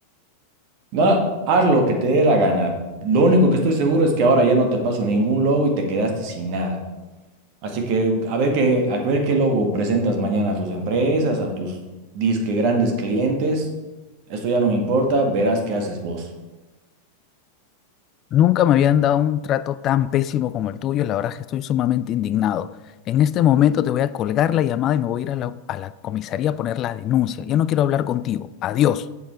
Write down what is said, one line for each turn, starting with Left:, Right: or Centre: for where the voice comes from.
Right: No, haz lo que te dé la gana. Lo único que estoy seguro es que ahora ya no te paso ningún logo y te quedaste sin nada. Así que a ver qué, a ver qué logo presentas mañana a tus empresas, a tus disque grandes clientes. Esto ya no me importa, verás qué haces vos.
Left: Nunca me habían dado un trato tan pésimo como el tuyo, la verdad es que estoy sumamente indignado. En este momento te voy a colgar la llamada y me voy a ir a la, a la comisaría a poner la denuncia. Ya no quiero hablar contigo. Adiós.